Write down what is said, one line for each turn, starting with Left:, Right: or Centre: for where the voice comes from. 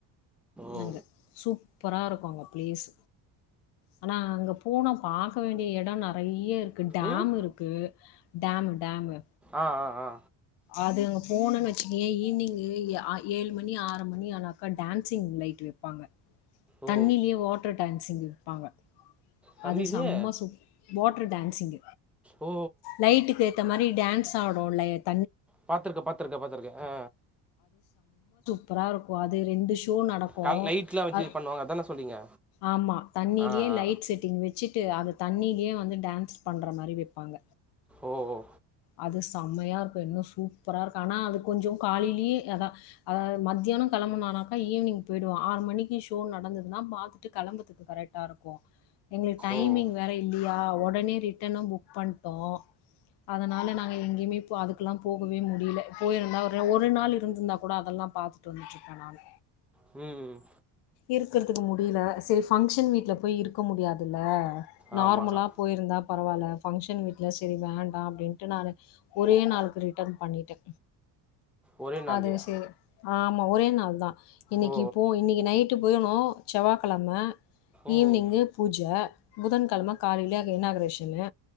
Centre: ஓ
Left: அங்க சூப்பரா இருக்கு அங்க பிளேஸ் ஆனா அங்கே போனா பாக்க வேண்டிய எடம் நெறைய இருக்கு டேம்
Centre: ம்
Left: இருக்கு டேம் டேமு
Centre: ஆ ஆ ஆ
Left: அது அங்க போணும்ன்னு வச்சிக்கைய ஈவினிங்க் ஏழு மணி ஆறு மணி ஆனா அப்ப டான்ஸ்சிங் லைட் வைப்பாங்க தண்ணிலேயே
Centre: ஓ
Left: வாட்டர் டேங்க்ஸிங் வைப்பாங்க
Centre: தண்ணிலயே
Left: அது செம்ம சூப் வாட்டர் டான்ஸ்சிங்
Centre: ஓ
Left: லைட்டுக்கு ஏத்த மாரி டான்ஸ் ஆடு <unintelligible>
Centre: பாத்துருக்கே பாத்துருக்கே பாத்துருக்கே ஆ
Left: ப்பரா இருக்கு அது ரெண்டு ஷீப் ட்டு நடக்கு
Centre: கால் லைட்லாம் வச்சு
Left: அ
Centre: பண்ணுவாங்க அதான சொல்றீங்க
Left: ஆமா தண்ணியிலயே
Centre: ஆ ஆ
Left: லைட் செட் வச்சிட்டு அது தண்ணிலயே வந்து டான்ஸ் பண்ற மாரி வைப்பாங்க
Centre: ஓ ஓ
Left: அது செம்மையா இருக்கும் இன்னும் சூப்பரா இருக்கும் ஆனா அது கொஞ்ச காலையிலயே அதா அதாவ மத்தியானம் கிளம்புனனாக்கா ஈவினிங் போயிடுவோம் ஆறு மணிக்கு ஷோ நடந்ததுன்னா பாத்துட்டு களம்புறதுக்கு கரெக்டா இருக்கும் எங்களுக்கு டைமிங்
Centre: ஓ
Left: வேற இல்லியா ஒடனே ரிட்டனும் புக் பண்ட்டோ அதனால நாங்க எங்கையுமே இ அதுக்கெல்லா போ முடியல போயிருந்தா ஒரு ஒரு நாள் இருந்திருந்தா கூட அதெல்லா பாத்துட்டு வந்துட்டு இருப்பே நானு
Centre: ம்
Left: இருக்கறதுக்கு முடியல சேரி ஃபங்க்ஷன் வீட்ல போய் இருக்க முடியாதுல்ல நார்மலா
Centre: ஆமாம்
Left: போயிருந்தா பரவால்ல ஃப்ங்க்ஷன் வீட்ல சேரி வேண்டா அப்டின்ட்டு நானு ஒரே நாளுக்கு ரிட்டர்ன் பண்ணிட்டே
Centre: ஒரே நாள்லையா
Left: அது சரி ஆமா ஒரே நாள் தா இன்னைக்கி
Centre: ஓ
Left: இப்போ இன்னைக் நை ட்டு போயனோ செவ்வாகிழம
Centre: ம்
Left: ஈவினிங் பூஜ புதன்கழம காலைல இனாக்ரேஷனு